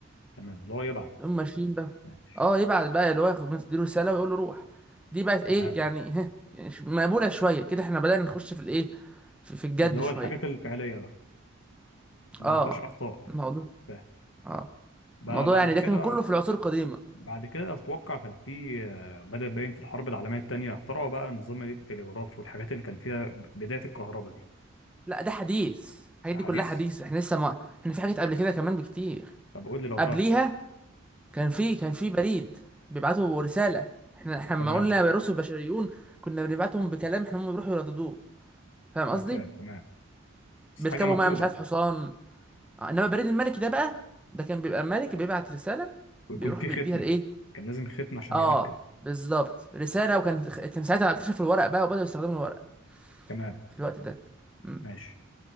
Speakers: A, on the left; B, in the centre.
A: تمام اللي هو يبعت
B: هم ماشيين بقى
A: ماشي
B: اه يبعت بقى اللي هو ياخد يديله رساله ويقول له روح دي بقت ايه
A: تمام
B: يعني ها يعني ش- مقبوله شويه كده احنا بدأنا نخش في الايه في, في الجد
A: اللي هو
B: شويه
A: الحاجات الفعليه بقى اللي
B: اه
A: ما فيهاش اخطاء
B: الموضوع
A: فاهم
B: اه
A: ب-
B: الموضوع
A: بعد
B: يعني
A: كده
B: ده كان كله في العصور القديمه
A: بعد كده اتوقع كان في آه، بدأ باين في الحرب العالميه الثانيه اخترعوا بقى نظام التلغراف والحاجات اللي كان فيها ب- بدايه الكهرباء دي
B: لا ده حديث الحاجات
A: ده
B: دي
A: حديث
B: كلها حديث احنا لسه ما احنا في حاجات قبل كده كمان بكتير
A: طب قول لي لو
B: قبليها
A: تعرف
B: كان في كان في بريد بيبعتوا رساله احنا احنا لما
A: تمام
B: قلنا الرسل البشريون كنا بنبعتهم بكلام احنا هم بيروحوا يرددوه فاهم قصدي
A: انا فاهم تمام بس
B: بيركبوا
A: حاجه مكتوبه
B: معاه مش عارف حصان آه، انما البريد الملكي ده بقى ده كان بيبقى ملك بيبعت رساله
A: ويكون
B: بيروح
A: في
B: بيديها
A: ختم
B: لايه
A: كان لازم ختم عشان
B: اه
A: يأكد
B: بالظبط رساله وكان كان ساعتها اكتشفوا الورق بقى وبداوا يستخدموا الورق
A: تمام
B: في الوقت ده مم.
A: ماشي